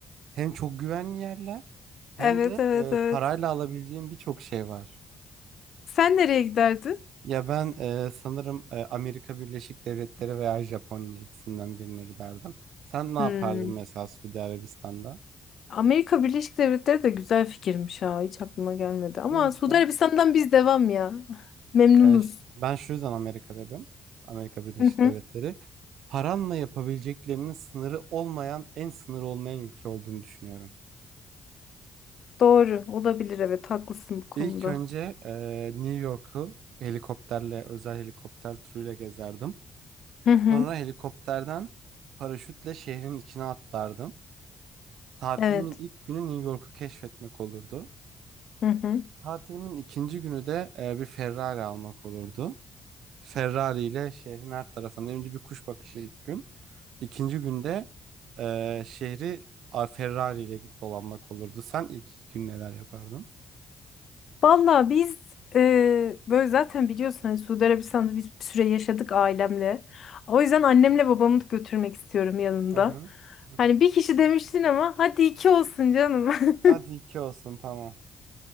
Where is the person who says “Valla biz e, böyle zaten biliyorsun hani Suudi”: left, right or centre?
Left